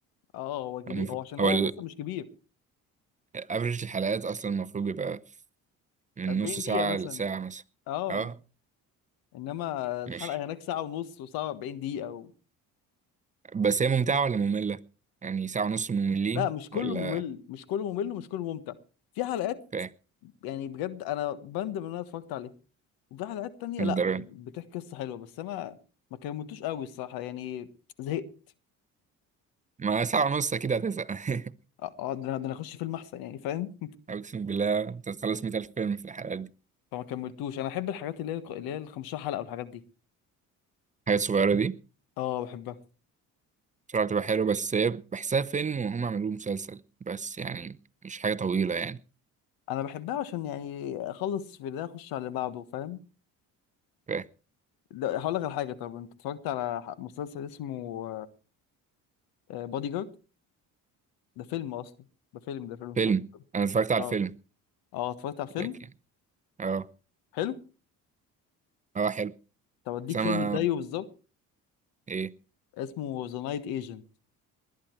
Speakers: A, on the left; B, on the right.
A: اه هو كبير
B: المف-
A: هو عشان هو
B: هو
A: بس مش كبير
B: الأفرج الحلقات أصلا المفروض بيبقى من
A: 40
B: نص ساعة
A: دقيقة مثلا
B: لساعة مثلا
A: اه
B: آه
A: انما الحلقه
B: ماشي
A: هناك ساعه ونص وساعه 40 دقيقه و...
B: بس هي ممتعة ولا مملة؟ يعني ساعة ونص مملين
A: لا مش كله
B: ولا
A: ممل مش كله ممل ومش كله ممتع في حلقات
B: فاهم
A: يعني بجد انا بندم ان انا اتفرجت عليها وفي حلقات تانية
B: من
A: لا
B: الدرجة؟
A: بت... بتحكي قصه حلوه بس انا ما كملتوش قوي الصراحه يعني زهقت
B: ما ساعة ونص أكيد هتزهق
A: اه آه، ده انا ده أنا اخش فيلم احسن يعني فاهم
B: <laughs> أقسم بالله أنت هتخلص 100000 فيلم في الحلقات دي
A: <laughs> فما كملتوش انا احب الحاجات اللي هي الق- اللي هي ال 15 حلقه والحاجات دي
B: الحاجات الصغيرة دي
A: اه بحبها
B: بصراحة بتبقى حلوة بس هي بحسها فيلم وهم عملوه مسلسل بس يعني مش حاجة طويلة يعني
A: انا بحبها عشان يعني اخلص في ده اخش على اللي بعده فاهم
B: فاهم
A: ده- هقول لك على حاجه طب انت اتفرجت على ح- مسلسل اسمه بادي جارد ده فيلم اصلا ده فيلم ده فيلم
B: فيلم
A: سوري
B: أنا اتفرجت على
A: اه
B: الفيلم
A: اه اتفرجت على الفيلم
B: لكن أه
A: حلو
B: أه حلو
A: طب اديك
B: بس أنا
A: فيلم زيه بالظبط
B: إيه
A: اسمه ذا نايت ايجنت